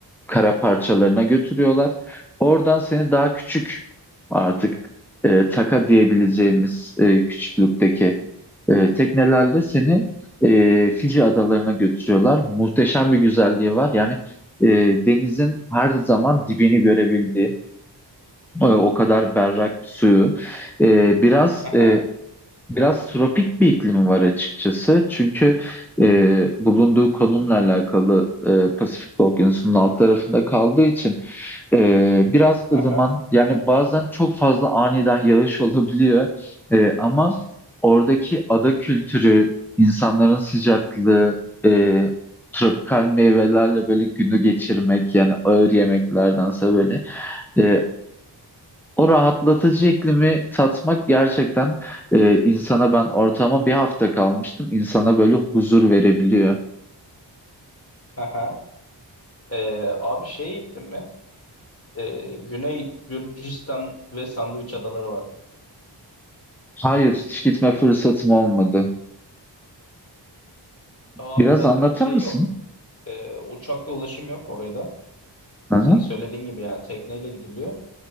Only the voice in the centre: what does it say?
kara parçalarına götürüyorlar. Oradan seni daha küçük artık e, taka diyebileceğimiz e, küçüklükteki e, teknelerle seni e, Fiji adalarına götürüyorlar. Muhteşem bir güzelliği var. Yani e, denizin her zaman dibini görebildiği, e, o kadar berrak bir suyu. E, biraz
e, Biraz tropik bir iklimi var açıkçası. Çünkü e, bulunduğu konumla alakalı e, Pasifik Okyanusu'nun alt tarafında kaldığı için e, biraz
ılıman yani bazen çok fazla aniden yağış <laughs> olabiliyor. E, ama oradaki ada kültürü, insanların sıcaklığı, e, tropikal meyvelerle böyle günü geçirmek yani ağır yemeklerdense böyle e, o rahatlatıcı iklimi tatmak gerçekten e, insana ben ortama bir hafta kalmıştım. insana böyle huzur verebiliyor.
Hayır, hiç gitme fırsatım olmadı.
Biraz
anlatır
mısın?
Hı-hı.